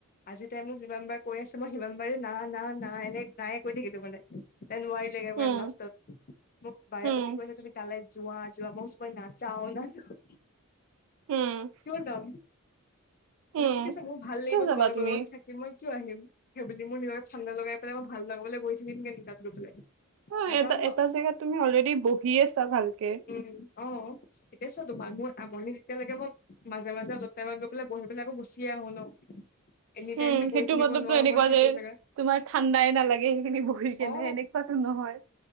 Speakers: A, on the left; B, on the right.
A: আজি তাই মোক যিমান বাৰ কৈ আছে মই সিমান বাৰে না না না এনে নায় কৈ থাকিল তো মানে এ নোৱাৰি। লেগেৰে
B: উম,
A: বাৰ লাষ্টত, মোক বাৰে
B: উম,
A: প্ৰতি কৈছে তুমি - তালে যোৱা যোৱা, মই কৈছো নাযাও ন-
B: উম।
A: যাম মানে
B: উম।
A: ঠিক আছে মোৰ ভাল লাগিব
B: কিয় যাবা
A: তোমালোকৰ
B: তুমি?
A: লগত থাকি মই কিয় আহিম, সেইবুলি মোৰ নিজৰ ঠান্দা লগাই পেলাই ভাল লগাবলৈ বহি থাকিমগে নেকি তাত গৈ পেলাই।
B: অ
A: নাযাওঁ
B: এটা
A: ন
B: এটা জেগাত তুমি অলৰেডি বহি আছা ভালকে।
A: উম অ এতিয়া চোৱা তোমাক মোৰ আমনি এতিয়ালৈকে মই মাজে মাজে <unintelligible> পেলাই বহি পেলাই আকৌ গুচিয়ে আহো ন। এনি
B: উম
A: টাইমতো
B: সেইটো
A: বহি থাকিব
B: মতলবতো
A: নোৱাৰো
B: এনেকুৱা
A: মই সেইটো
B: যে
A: জেগাত
B: তোমাৰ ঠাণ্ডাই নালাগে সেইখিনি বহি কেনে
A: অ
B: এনেকুৱাতো নহয়।